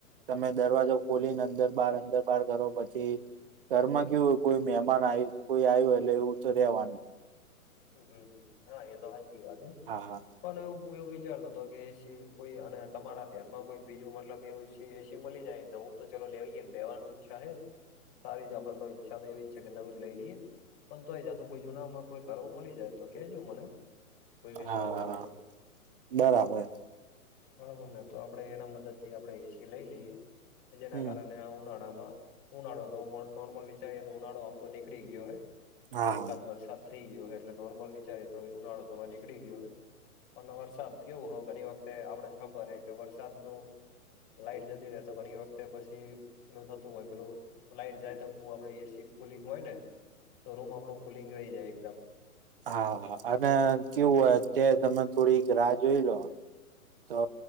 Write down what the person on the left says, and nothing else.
હમ હમ હા એ તો સાચી વાત હ
પણ એ વિચારતો હતો કે એસી કોઈ અને તમારા ધ્યાનમાં કોઈ બીજું મતલબ એવું એસી મળી જાય તો ચાલો લેવાય ગયું લેવાનું ઈચ્છા હે સારી જ આપડને ઈચ્છા તો એવી જ છે કે નવું જ લઈ લઈએ પણ તોય જાતું કોઈ જૂના કરું મળી જાય તો કેજો મને કોઈ વેચવાનું
હોય તો
બરોબર ને તો આપણે એના મદદ થી આપણે એસી લઈ લઈએ જેના
કારણે આ ઉનાળામાં ઉનાળો તો નોર્મલ વિચારીએ તો ઉનાળો આમ તો નીકળી ગયો હે
એકાદ વરસાદ થઈ ગયો હોય એટલે નોર્મલ વિચાર તો ઉનાળો તો નીકળી ગયો હે અને વરસાદ કેવું હો ઘણી વખતે આપડાને ખબર હ કે વરસાદ નું લાઈટ જતી રે તો ઘણી વખતે પછી પેલું થતું હોય પેલું લાઈટ જાય તો આપડ એસી કુલિંગ હોય ને તો રૂમ આપડો કુલિંગ રહી જાય એકદમ